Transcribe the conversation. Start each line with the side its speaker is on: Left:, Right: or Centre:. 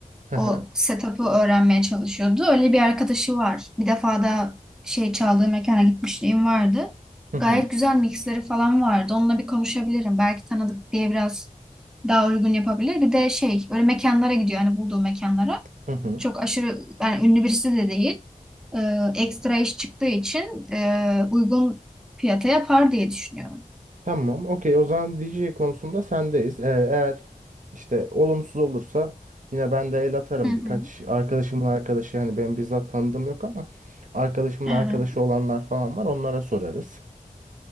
Right: Hı
Centre: o
Right: hı,
Centre: setup'ı öğrenmeye çalışıyordu. Öyle bir arkadaşı var. Bir defa da şey çaldığı mekana gitmişliğim vardı.
Right: hı hı,
Centre: Gayet güzel mixleri falan vardı. Onunla bir konuşabilirim. Belki tanıdık diye biraz daha uygun yapabilir. Bir de şey öyle mekanlara gidiyor. Hani bulduğu mekanlara
Right: hı hı.
Centre: çok aşırı yani ünlü birisi de değil. Ee, ekstra iş çıktığı için e, uygun fiyata yapar diye düşünüyorum.
Right: Tamam, okey. O zaman DJ konusunda sendeyiz. Ee, eğer işte olumsuz olursa yine ben de el atarım.
Centre: Hı hı.
Right: Birkaç arkadaşımın arkadaşı hani ben bizzat tanıdığım yok ama arkadaşımın
Centre: Evet.
Right: arkadaşı olanlar falan var. Onlara sorarız.